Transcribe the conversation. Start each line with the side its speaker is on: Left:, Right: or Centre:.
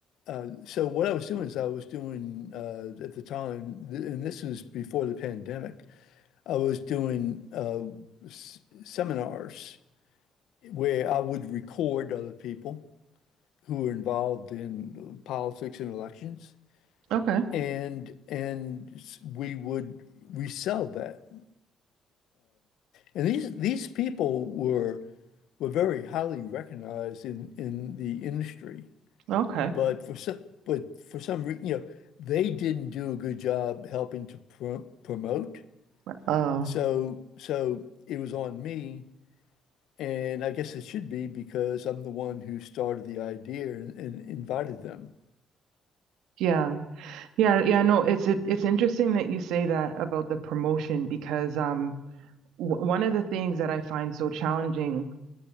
Left: uh, so what I was doing is I was doing uh, at the time, th and this was before the pandemic, I was doing uh, s seminars where I would record other people who were involved in politics and elections.
Right: Okay.
Left: and and we would resell that. And these these people were were very highly recognized in in the industry,
Right: Okay.
Left: but for some but for some reason, you know, they didn't do a good job helping to pro promote.
Right: Oh.
Left: So so it was on me, and I guess it should be because I'm the one who started the idea and, and invited them.
Right: Yeah. Yeah, yeah, no, it's it, it's interesting that you say that about the promotion because um w one of the things that I find so challenging